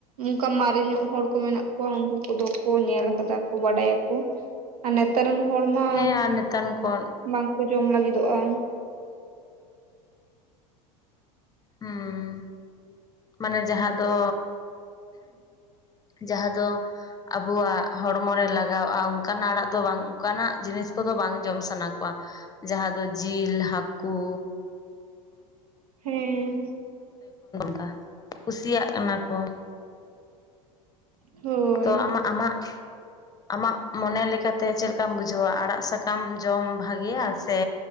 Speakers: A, on the right; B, on the left.
A: ᱚᱱᱠᱟ ᱢᱟᱨᱮ ᱧᱚᱜ ᱦᱚᱲ ᱠᱚ ᱢᱮᱱᱟᱜ ᱠᱚᱣᱟ ᱩᱱᱠᱩ ᱠᱚ ᱫᱚ ᱠᱚ ᱧᱮᱞ ᱠᱟᱫᱟ ᱠᱚ ᱵᱟᱰᱟᱭᱟ ᱠᱚ ᱟᱨ ᱱᱮᱛᱟᱨ ᱨᱮᱱ ᱦᱚᱲ ᱢᱟ
B: ᱦᱮᱸ ᱟᱨ ᱱᱮᱛᱟᱨ ᱠᱚ
A: ᱵᱟᱝ ᱠᱚ ᱡᱚᱢ ᱞᱟᱹᱜᱤᱫᱚᱜᱼᱟ᱾ <inaudible>
B: ᱦᱩᱸ ᱢᱟᱱᱮ ᱡᱟᱦᱟᱸ ᱫᱚ ᱡᱟᱦᱟᱸ ᱫᱚ ᱟᱵᱚᱣᱟᱜ ᱦᱚᱲᱢᱚ ᱨᱮ ᱞᱟᱜᱟᱣᱼᱟ ᱚᱱᱠᱟᱱᱟᱜ ᱟᱲᱟᱜ ᱫᱚ ᱵᱟᱝ ᱚᱱᱠᱟᱱᱟᱜ ᱡᱤᱱᱤᱥ ᱠᱚᱫᱚ ᱵᱟᱝ ᱡᱚᱢ ᱥᱟᱱᱟ ᱠᱚᱣᱟ ᱡᱟᱦᱟᱸ ᱫᱚ ᱡᱤᱞ ᱦᱟᱹᱠᱩ
A: ᱦᱮᱸ
B: <inaudible> ᱠᱩᱥᱤᱭᱟᱜ ᱠᱟᱱᱟ ᱠᱚ
A: ᱦᱳᱭ
B: ᱛᱚ ᱟᱢᱟᱜ ᱟᱢᱟᱜ ᱟᱢᱟᱜ ᱢᱚᱱᱮ ᱞᱮᱠᱟᱛᱮ ᱪᱮᱫ ᱞᱮᱠᱟᱢ ᱵᱩᱡᱷᱟᱹᱣᱟ ᱟᱲᱟᱜ ᱥᱟᱠᱟᱢ ᱡᱚᱢ ᱵᱷᱟᱹᱜᱤᱭᱟ ᱥᱮ?